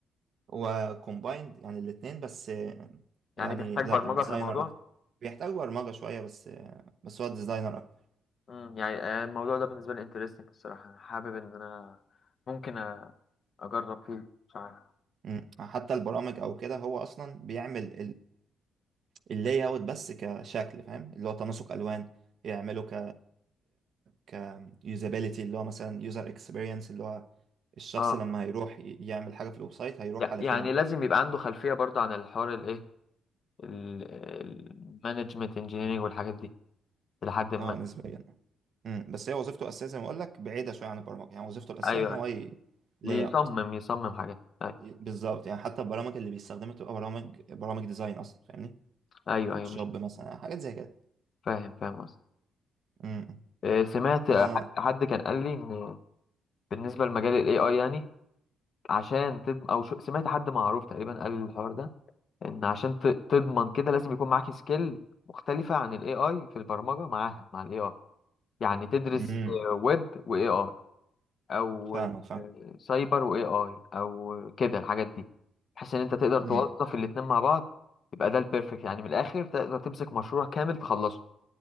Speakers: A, on the right (about 60°); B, on the left (about 50°).
A: هو كومبايند يعني الاتنين بس آه، يعني
B: يعني بيحتاج
A: لا
B: برمجة
A: ديزاينر
B: في الموضوع
A: اكتر بيحتاج برمجة شوية بس آه، بس هو ديزاينر اكتر
B: مم. يعني آه، الموضوع ده بالنسبة لي انترستنج الصراحة انا حابب ان انا ممكن أ- اجرب فيه مش عارف
A: مم. حتى البرامج او كده هو اصلا بيعمل اللاي اوت بس كشكل فاهم اللي هو تناسق الوان يعمله ك ك يوزابيليتي اللي هو مثلا يوزر اكسبيرينس اللي هو الشخص
B: اه
A: لما هيروح ي- يعمل حاجه في الويب سايت هيروح
B: يع-
A: على
B: يعني
A: فين
B: لازم يبقى عنده خلفية برضه عن الحوار الايه المانجمنت انجينيرنج والحاجات دي لحد ما
A: اه نسبيا امم بس هي وظيفته الاساسيه زي ما اقول لك بعيده شويه عن البرمجه يعني وظيفته الاساسيه
B: ايوه
A: ان هو لاي
B: يصمم
A: اوت
B: يصمم حاجات ايوه
A: بالظبط يعني حتى البرامج اللي بيستخدمها تبقى برامج برامج ديزاين اصلا فاهمني
B: ايوه,
A: فوتوشوب
B: أيوة مش
A: مثلا حاجات زي كده
B: فاهم فاهم قصدي
A: امم
B: آه، سمعت آه،
A: انا
B: حد حد كان قال لي ان بالنسبه لمجال الاي اي يعني عشان تضمن او شو سمعت حد معروف تقريبا قال الحوار ده ان عشان ت- تضمن كده لازم يكون معاك سكيل مختلفه عن الاي اي في البرمجه معاها مع الاي اي يعني تدرس
A: امم
B: ويب واي اي او
A: فاهمك فاهم
B: سايبر واي اي او كده الحاجات دي بحيث ان انت تقدر توظف
A: امم
B: الاتنين مع بعض يبقى ده البيرفكت يعني من الاخر تقدر تمسك مشروع كامل تخلصه